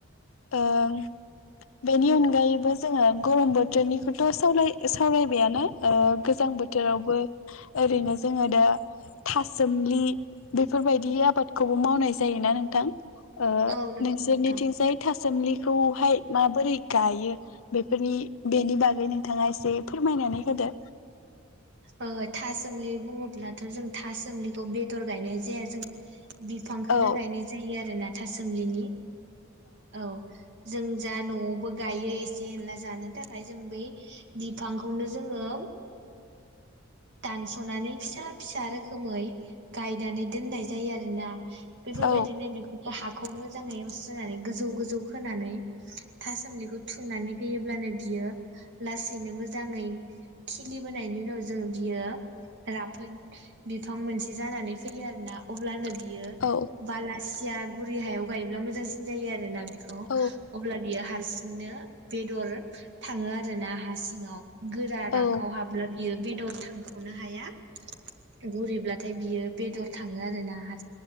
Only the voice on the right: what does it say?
औ नंगौ
नोंथां।
ओ था सोमलि बुङोब्लाथ' जों थास अमलिखौ बेदर गायनाय जाया जों बिफांखौनो
गायनाय जायो आरो ना थासोमलिनि औ जों जा न'आवबो गायो एसे एनला जानो थाखाय जों बै बिफांखौनो जोङो। दानस'नानै फिसा फिसा रोखोमै गाय नानै दोन्नाय जायो आरोना बेफोरबायदिनो
बेफोरनि हा खौ मोजाङै सुनानै गोजौ गोजौ खोनानै थासोमलिखौ थुनानै होयोब्लानो बियो लासैनो मोजाङै। खिलिबोनायनि उनाव जों। बियो राफोद बिफां मोनसे जानानै फैयो आरोना अब्लानो। बियो
बालासिया। गुरै हायाव गायोब्ला मोजांसिन जायो आरोना बि खौ
अब्ला बियो हारसिंनो बेदर थाङो आ रोना हा सिङाव। गोरा
राखाव हाब्लोम। बेयो बेदर। सानख'नो हाया गुरैब्लाथाय बियो बेदर थाङो आरो ना हा